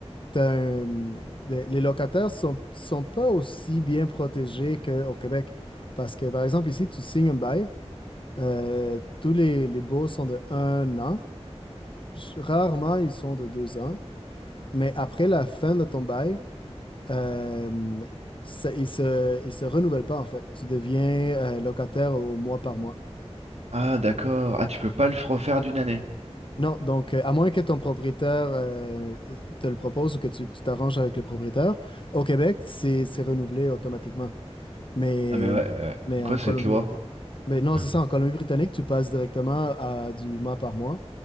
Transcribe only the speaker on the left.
t'as un- les, les locataires sont, sont pas aussi bien protégés qu'au Québec. Parce que, par exemple, ici, tu signes un bail, euh, tous les, les baux sont de un an. Rarement, ils sont de deux ans. Mais après la fin de ton bail, euh, ça- ils se, ils se renouvellent pas, en fait. Tu deviens euh, locataire au mois par mois.
Non, donc euh, à moins que ton propriétaire euh, te le propose ou que tu tu t'arranges avec le propriétaire, au Québec, c'est c'est renouvelé automatiquement. Mais,
mais
en Colombie,
mais non,
c'est ça, en Colombie-Britannique, tu passes directement à du mois par mois